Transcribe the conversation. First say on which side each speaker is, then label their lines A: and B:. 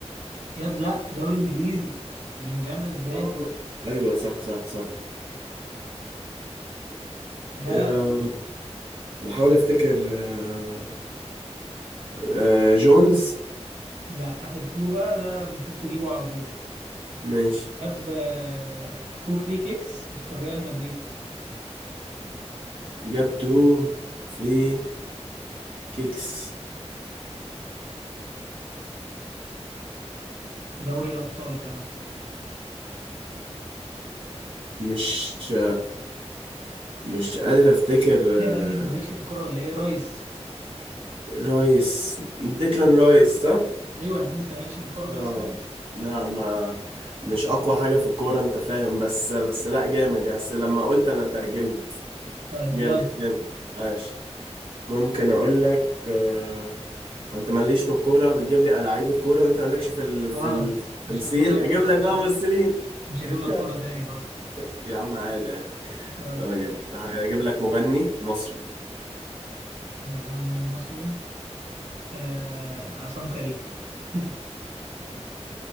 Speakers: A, on the right; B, on the right.
A: ياد لا دوري انجليزي بلينجهام اسباني
B: آه، ايوه صح صح صح
A: ها
B: آه بحاول افتكر آه آه جونز
A: لا اخر كلو بقى ده المفروض تجيبه على طول
B: ماشي
A: جاب آه، تو فري كيكس في ريال مدريد
B: جاب تو فري كيكس
A: في دوري الابطال كمان
B: مش مش قادر افتكر
A: ايه يا مجدي انت
B: آه،
A: مالكش في الكوره ولا ايه يا ريس
B: رايس ديكلان رايس صح؟
A: ايوه يا عم انت مالكش في الكوره خالص
B: اه
A: كده
B: لا ما مش اقوى حاجة في الكورة انت فاهم بس بس لا جامد يعني بس لما قلت انا ترجمت
A: طيب
B: جامد
A: يلا
B: جامد عاش ممكن اقول لك آه... انت ماليش في الكورة بتجيب لي لعيبة كورة وانت مالكش في ال... في
A: خلاص
B: التمثيل
A: مش هجيب لك
B: اجيب
A: كوره
B: لك
A: مش
B: بقى
A: هجيب
B: ممثلين
A: مش هجيب
B: <laughs>
A: لك كوره تاني خالص
B: يا عم عادي عادي
A: يلا
B: طيب هجيب لك مغني مصري
A: مغني مصري آه عصام كريكة <laughs>